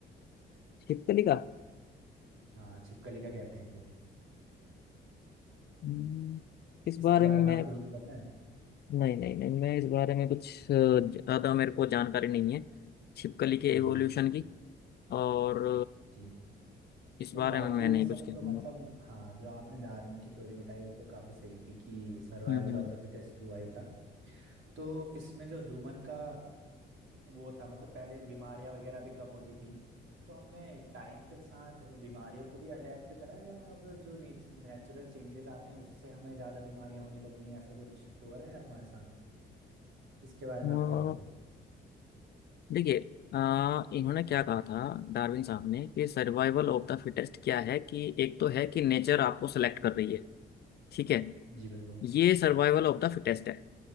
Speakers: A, on the left (about 55°); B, on the right (about 80°).
A: छिपकली का
B: हाँ छिपकली का कहते हैं जो
A: हम्म, इस
B: इसके
A: बारे
B: बारे
A: में
B: में
A: मैं
B: आपको कुछ पता
A: नहीं नहीं नहीं मैं इस बारे में कुछ अ, ज्यादा मेरे को जानकारी नहीं है छिपकली के
B: है
A: एवोल्यूशन
B: जी जी
A: की और
B: जी
A: इस
B: तो
A: बारे
B: बाकी
A: में मैं नहीं
B: सब
A: कुछ कहूंगा
B: तो मतलब हाँ जो आपने डार्विन की थ्योरी बताई वो तो काफी सही थी कि सर्वाइवल
A: हम्म
B: ऑफ द फिटेस्ट हुआ ही था तो इसमें जो ह्यूमन का वो था मतलब पहले बीमारियां वगैरह भी कम होती थी तो हमने टाइम के साथ बीमारियों को भी अडेप्ट करा या अब जो नेचुरल चेंजेस आते हैं उससे हमें ज्यादा बीमारियां होने लगी हैं ऐसा कुछ हो रहा है हमारे साथ इसके बारे
A: हम्म
B: में आप क्या हो
A: अ,
B: रहे
A: देखिए अ, इन्होंने क्या कहा था डार्विन साहब ने कि सर्वाइवल ऑफ द फिटेस्ट क्या है कि एक तो है कि नेचर आपको सेलेक्ट कर रही है ठीक है
B: हो जी बिल्कुल
A: ये सर्वाइवल ऑफ द फिटेस्ट है